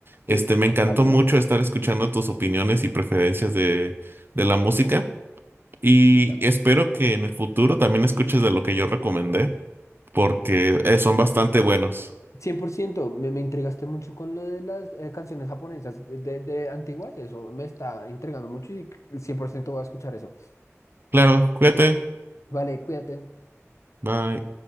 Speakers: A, on the right; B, on the left.
A: Este,
B: Sí,
A: me encantó
B: válido.
A: mucho estar escuchando tus opiniones y preferencias de, de la música. Y
B: Y tal.
A: espero que en el futuro también escuches de lo que yo recomendé, porque eh, son bastante buenos.
B: cien por ciento me, me intrigaste mucho con lo de las eh, canciones japonesas de, de de antiguas, eso me está intrigando mucho y 100% voy a escuchar eso.
A: Claro, cuídate.
B: Vale, cuídate.
A: Bye.